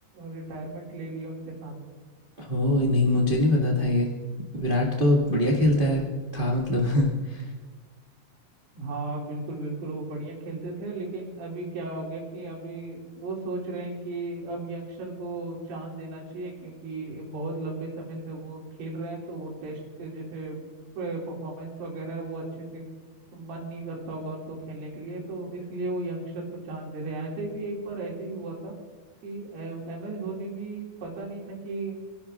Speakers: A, on the right (about 85°); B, on the right (about 50°).
A: रिटायरमेंट ले लिया उनके साथ
B: ओ नहीं मुझे नहीं पता था ये विराट तो बढ़िया खेलता है था मतलब <laughs>
A: हाँ बिल्कुल बिल्कुल वो बढ़िया खेलते थे लेकिन अभी क्या हो गया कि अभी वो सोच रहे हैं कि अब यंगस्टर को चांस देना चाहिए क्योंकि बहुत लंबे समय से वो खेल रहे हैं तो वो टेस्ट के जैसे परफॉर्मेंस वगैरह वो अच्छे से मन नहीं करता होगा उनको खेलने के लिए तो इसलिए वो यंगस्टर को चांस दे रहे हैं ऐसे भी एक बार ऐसे ही हुआ था कि एम एस धोनी भी पता नहीं था कि